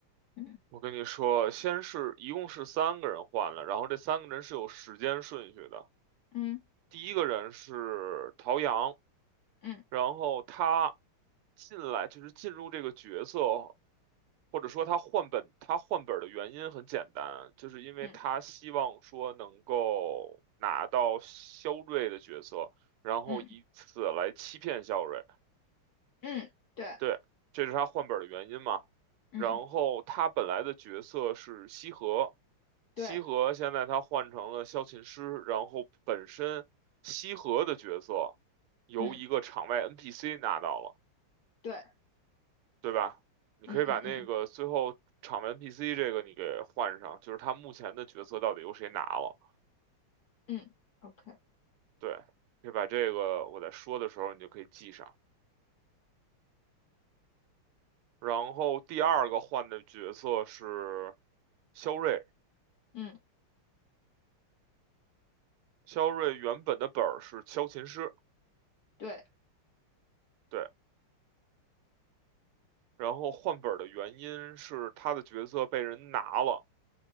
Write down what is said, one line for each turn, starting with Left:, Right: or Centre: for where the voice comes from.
Left: 嗯
Right: 我跟你说，先是一共是三个人换了，然后这三个人是有时间顺序的。
Left: 嗯
Right: 第一个人是陶阳，
Left: 嗯
Right: 然后他进来就是进入这个角色，或者说他换本，他换本的原因很简单，就是因为他希望说能够拿到肖瑞的角色，
Left: 嗯
Right: 然后以此来欺骗肖瑞。
Left: 嗯嗯，对，
Right: 对，这是他换本儿的原因嘛。
Left: 嗯
Right: 然后他本来的角色是西河，
Left: 对，
Right: 西河现在他换成了萧琴师，然后本身西河的角色由一个场外
Left: 嗯
Right: NPC 拿到了，
Left: 对，
Right: 对吧？你可以把那个最后场外
Left: 嗯嗯嗯
Right: NPC 这个你给换上，就是他目前的角色到底由谁拿了？
Left: 嗯，OK，
Right: 对，可以把这个我在说的时候你就可以记上。然后第二个换的角色是肖瑞。
Left: 嗯
Right: 肖瑞原本的本儿是萧琴师，
Left: 对，
Right: 对，然后换本儿的原因是他的角色被人拿了，